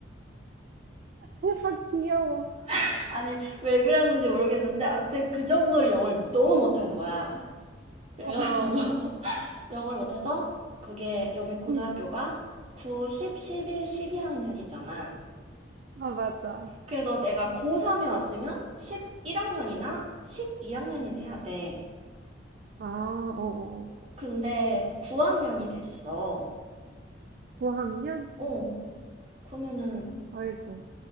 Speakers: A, on the right (about 55°); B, on the right (about 35°).
A: <laughs> 대박 귀여워.
B: <laughs> 아니, 왜 그랬는지 모르겠는데 아무튼 그 정도로 영어를 너무 못한 거야. 그래가지고
A: 어, 어.
B: <laughs>
A: 어.
B: 영어를 못해서 그게 여긴 고등학교가
A: 음,
B: 9, 10, 11, 12학년이잖아.
A: 아, 맞아.
B: 그래서 내가 고3에 왔으면 11학년이나 12학년이 돼야 돼.
A: 아, 어, 어.
B: 근데 9학년이 됐어.
A: 9학년?
B: 어, 그러면은
A: 아이고.